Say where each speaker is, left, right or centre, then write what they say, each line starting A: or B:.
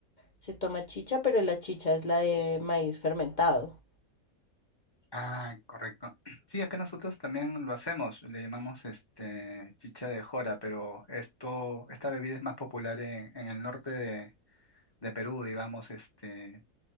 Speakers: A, on the left; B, on the left.
A: se toma chicha, pero la chicha es la de maíz fermentado.
B: Ah, correcto. <clears throat> Sí, acá nosotros también lo hacemos, le llamamos este chicha de jora, pero esto, esta bebida es más popular en, en el norte de, de Perú, digamos, este,